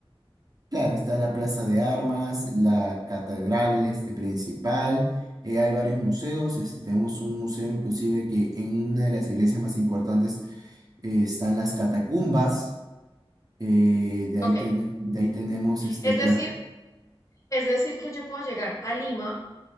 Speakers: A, on the right; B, on the left.
A: Claro, está la Plaza de Armas, la catedral este, principal, eh, hay varios museos, este, tenemos un museo inclusive que en una de las iglesias más importantes eh, están las catacumbas, eh, de ahí,
B: Ok,
A: ten- de ahí tenemos este,
B: es
A: pues,
B: decir, es decir que yo puedo llegar a Lima